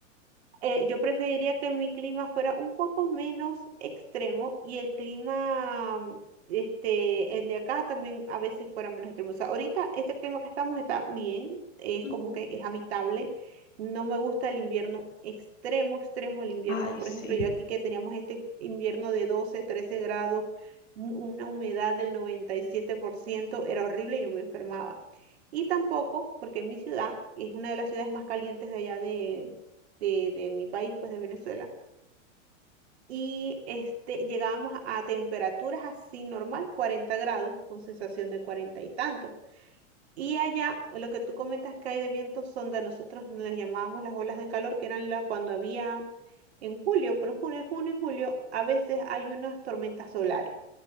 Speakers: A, on the right; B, on the left.
A: eh, yo preferiría que mi clima fuera un poco menos extremo y el clima, mm, este, el de acá también a veces fuera menos extremo. O sea, ahorita este clima que estamos está bien, es
B: Ujú.
A: como que es habitable. No me gusta el invierno extremo, extremo, el invierno,
B: Ay,
A: por
B: sí.
A: ejemplo, yo aquí que teníamos este invierno de 12 13 grados, un- una humedad del 97% era horrible, yo me enfermaba. Y tampoco, porque mi ciudad es una de las ciudades más calientes de allá de, de mi país, pues de Venezuela. Y este, llegábamos a, a temperaturas así normal, 40 grados, con sensación de cuarenta y tantos. Y allá, lo que tú comentas que hay de vientos sonda nosotros, las llamábamos las olas de calor, que eran la, cuando había en julio, pero en junio, junio y julio, a veces hay unas tormentas solares